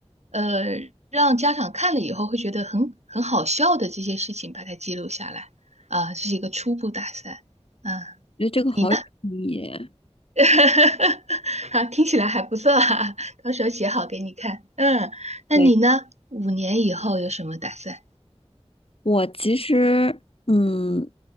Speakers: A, on the right (about 85°); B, on the left (about 60°).
A: 呃让家长看了以后会觉得很很好笑的这些事情把它记录下来啊，这是一个初步打算嗯，
B: 我觉得这个好有意义。
A: 你呢？<laughs> 好，听起来还不错啊，到时候写好给你看。嗯，那你呢？
B: 对，
A: 五年以后有什么打算？
B: 我其实，嗯，